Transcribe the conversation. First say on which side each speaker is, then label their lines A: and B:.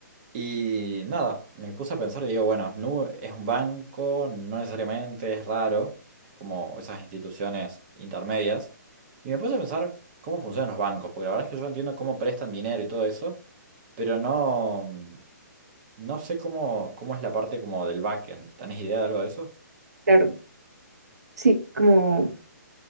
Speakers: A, on the right (about 30°); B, on the right (about 60°).
A: Y nada, me puse a pensar y digo, bueno, Nu es un banco, no necesariamente, es raro, es como esas instituciones intermedias. Y me puse a pensar cómo funcionan los bancos, porque la verdad es que yo entiendo cómo prestan dinero y todo eso, pero no. No sé cómo, cómo es la parte como del backend. ¿Tenés idea de algo de eso?
B: claro, sí, como,